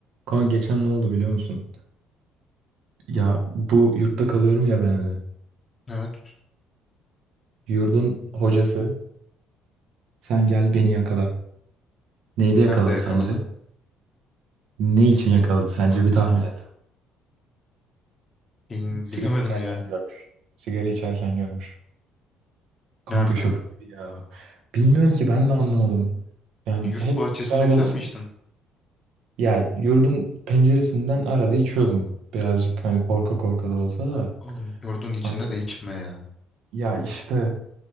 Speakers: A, on the right; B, on the left.
A: Kaan geçen ne oldu biliyor musun? Ya bu yurtta kalıyorum ya ben hani.
B: Evet.
A: Yurdun hocası sen gel beni yakala. Neyde
B: Nerede
A: yakaladı
B: yakaladı?
A: sence? Ne
B: Niye
A: için
B: yakalamış
A: yakaladı sence
B: olabilir?
A: bir tahmin et.
B: Bilmi-
A: Sigara
B: bilemedim
A: içerken
B: ya.
A: görmüş. Sigara içerken görmüş. Kanka
B: Nerede?
A: şaka gibi ya. Bilmiyorum ki ben de anlamadım. Yani
B: Yurt
A: hep
B: bahçesinde
A: arada
B: falan mı içtin?
A: ya yurdun penceresinden arada içiyordum. Birazcık hani korka korka da olsa da.
B: Oğlum yurdun içinde
A: Hani
B: de içme ya.
A: ya işte